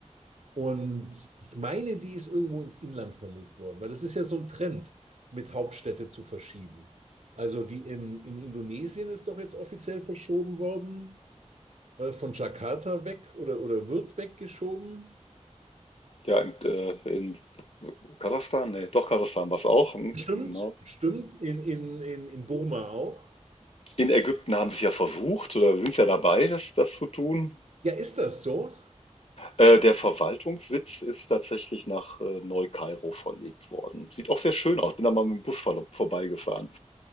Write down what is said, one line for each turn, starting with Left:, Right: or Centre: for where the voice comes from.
Right: Und ich meine, die ist irgendwo ins Inland verlegt worden, weil das ist ja so ein Trend, mit Hauptstädte zu verschieben. Also die in, in Indonesien ist doch jetzt offiziell verschoben worden, äh, von Jakarta weg oder, oder wird weggeschoben.
Left: Ja, in, äh, in Kasachstan, nee, doch Kasachstan war es auch. Mhm,
Right: Stimmt,
Left: genau.
Right: stimmt, in, in, in, in Burma auch.
Left: In Ägypten haben sie es ja versucht oder sind es ja dabei, das, das zu tun.
Right: Ja, ist das so?
Left: Äh, der Verwaltungssitz ist tatsächlich nach äh, Neu-Kairo verlegt worden. Sieht auch sehr schön aus. Bin da mal mit dem Bus vor, vorbeigefahren.